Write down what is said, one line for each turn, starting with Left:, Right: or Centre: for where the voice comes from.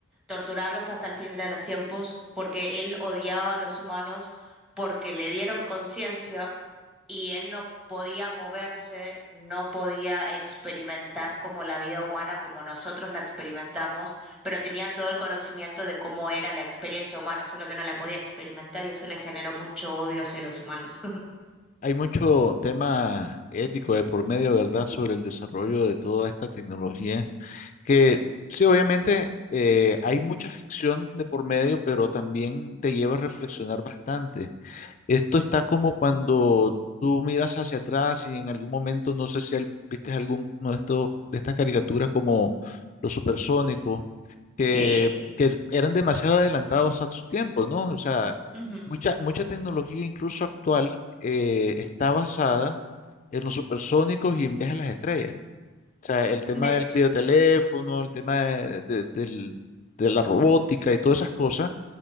Centre: torturarlos hasta el fin de los tiempos, porque él odiaba a los humanos, porque le dieron conciencia y él no podía moverse, no podía experimentar como la vida humana, como nosotros la experimentamos, pero tenía todo el conocimiento de cómo era la experiencia humana, solo que no la podía experimentar y eso le generó mucho odio hacia los humanos. <laughs>
Left: Hay mucho tema ético de por medio, ¿verdad?, sobre el desarrollo de toda esta tecnología Que sí, obviamente eh, hay mucha ficción de por medio, pero también te lleva a reflexionar bastante. Esto está como cuando tú miras hacia atrás y en algún momento, no sé si al- viste alguno de estos, de estas caricaturas como los supersónicos, que,
Centre: Sí,
Left: que eran demasiado adelantados a sus tiempos, ¿no? O sea,
Centre: ujú,
Left: mucha, mucha tecnología, incluso actual, eh, está basada en los supersónicos y en viajes a las estrellas. O sea, el tema
Centre: De
Left: del
Centre: hecho,
Left: videoteléfono, el tema de, de- del- de la robótica y todas esas cosas.